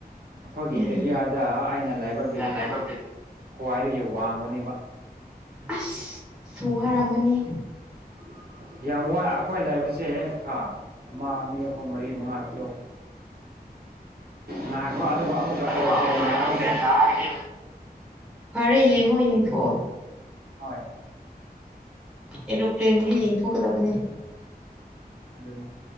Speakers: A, on the right; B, in the centre.
A: ꯑꯩꯈꯣꯏꯒꯤ
B: ꯎꯝ
A: ꯑꯦꯔꯤꯌꯥꯗ ꯑꯩꯅ ꯂꯩꯕ ꯕꯤꯜꯗꯤꯡꯁꯤ
B: ꯂꯩꯕ ꯕꯤꯜꯗꯤꯡ
A: ꯈ꯭ꯋꯥꯏꯗꯒꯤ ꯋꯥꯡꯕꯅꯦꯕ
B: ꯑꯁ ꯁꯋꯥꯔꯃꯅꯤ
A: <inaudible> ꯌꯥꯝ ꯋꯥꯏ ꯑꯩꯈꯣꯏ ꯂꯥꯏꯕꯁꯦ ꯑꯃ ꯑꯅꯤ ꯑꯍꯨꯝ ꯃꯔꯤ ꯃꯉꯥ ꯇꯔꯨꯛ ꯉꯥꯏꯈꯣ ꯑꯗꯨꯒ ꯑꯃꯨꯛꯀ
B: ꯑꯗꯨꯒ
A: ꯑꯦꯔꯣꯄ꯭ꯂꯦꯟ
B: ꯑꯃꯨꯛꯀ
A: ꯂꯥꯛꯑꯒ
B: ꯑꯦꯔꯣꯄ꯭ꯂꯦꯟ ꯂꯥꯛꯑꯒꯦ ꯐꯔꯦ ꯌꯦꯡꯉꯣ ꯌꯦꯡꯊꯣꯛꯑꯣ
A: ꯍꯣꯏ
B: ꯑꯦꯔꯣꯄ꯭ꯂꯦꯟꯗꯤ ꯌꯦꯡꯊꯣꯛꯀꯗꯕꯅꯦ
A: ꯑꯗꯨꯅꯦ